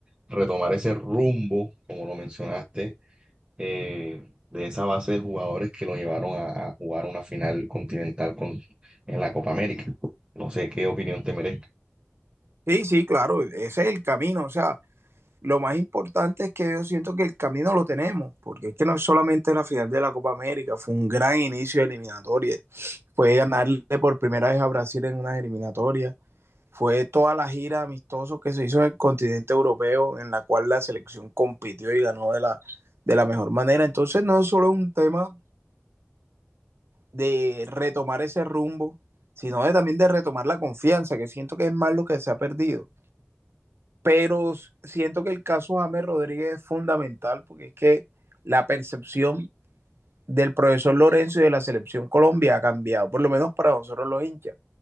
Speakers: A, on the right; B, on the right.
A: retomar ese rumbo, como lo mencionaste, eh, de esa base de jugadores que lo llevaron a, a jugar una final continental con, en la Copa América. No sé qué opinión te merezca.
B: Sí, sí, claro, ese es el camino. O sea, lo más importante es que yo siento que el camino lo tenemos, porque es que no es solamente la final de la Copa América, fue un gran inicio de eliminatoria, fue ganarle por primera vez a Brasil en unas eliminatorias, fue toda la gira amistoso que se hizo en el continente europeo, en la cual la selección compitió y ganó de la, de la mejor manera. Entonces no es solo un tema de retomar ese rumbo, sino de, también de retomar la confianza, que siento que es más lo que se ha perdido pero siento que el caso James Rodríguez es fundamental porque es que la percepción del profesor Lorenzo y de la selección Colombia ha cambiado, por lo menos para nosotros los hinchas.